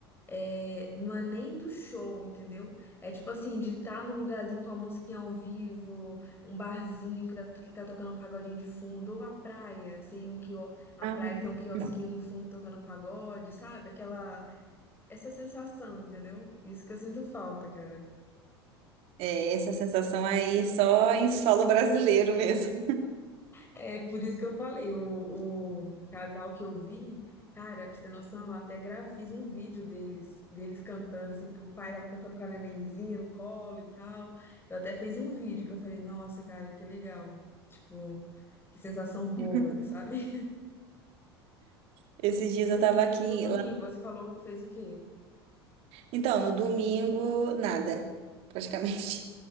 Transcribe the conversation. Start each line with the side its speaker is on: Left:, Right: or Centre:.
Left: é, não é nem do show, entendeu? É tipo assim, de estar num lugarzinho com a musiquinha ao vivo, um barzinho que tá, que tá tocando um pagodinho de fundo, ou a praia, você ir num quio, a
Right: Ah.
Left: praia que tem um quiosquinho
Right: não.
Left: no fundo tocando pagode, sabe? Aquela, essa sensação, entendeu? Isso que eu sinto falta, cara.
Right: É, essa sensação aí só em solo brasileiro mesmo.
Left: É por isso que eu falei, o, o casal que eu vi, cara, pra você ter noção, eu até gravei, fiz um vídeo deles, deles cantando, assim, porque o pai tava cantando com a nenenzinha no colo e tal. Eu até fiz um vídeo que eu falei, nossa, cara, que legal. Tipo, que sensação boa,
Right: <laughs>
Left: sabe?
Right: Esses dias eu tava
Left: E
Right: aqui
Left: e no domingo,
Right: lá.
Left: você falou, fez o quê?
Right: Então, no domingo, nada, praticamente.